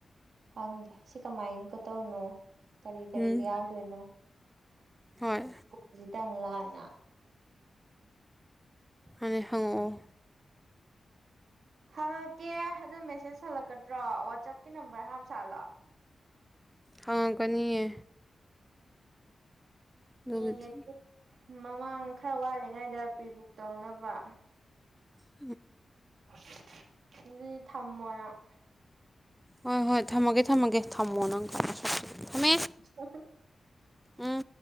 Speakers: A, on the right (about 70°); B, in the centre.
A: ꯍꯪꯒꯦ ꯁꯤ ꯀꯃꯥꯏ ꯀꯇꯧꯅꯣ ꯀꯔꯤ ꯀꯔꯤ
B: ꯎꯝ
A: ꯀ ꯌꯥꯎꯗꯣꯏꯅꯣ
B: ꯍꯣꯏ
A: ꯐꯣꯟꯁꯤ ꯇꯪꯂꯥ ꯅꯥ
B: ꯍꯣꯏꯅꯦ ꯍꯪꯉꯛꯑꯣ
A: ꯍꯪꯉꯛꯀꯦ ꯑꯗꯨꯗꯣ ꯃꯦꯁꯦꯁ ꯍꯜꯂꯛꯀꯗ꯭ꯔꯣ ꯋꯥꯆꯞꯀꯤ ꯅꯝꯕꯔ ꯍꯥꯞ ꯁꯥꯥꯠꯂꯣ
B: ꯍꯪꯉꯛꯀꯅꯤꯌꯦ ꯑꯗꯨꯕꯨꯗꯤ
A: ꯌꯦꯡꯒꯦ ꯑꯗꯨ ꯃꯃꯥꯡ ꯈꯔ ꯋꯥꯠꯂꯤꯉꯥꯏꯗ ꯄ꯭ꯔꯤ ꯕꯨꯛ ꯇꯧꯅꯕ
B: ꯋꯥ
A: ꯑꯁ ꯑꯗꯨꯗꯤ ꯊꯝꯃꯣ ꯅꯪ
B: ꯍꯣꯏ ꯍꯣꯏ ꯊꯝꯃꯒꯦ ꯊꯝꯃꯒꯦ ꯊꯝꯃꯣ ꯅꯪ ꯀꯥꯏ ꯅꯁꯛꯇꯨꯒ ꯊꯝꯃꯦ
A: ꯑ <unintelligible>
B: ꯎꯝ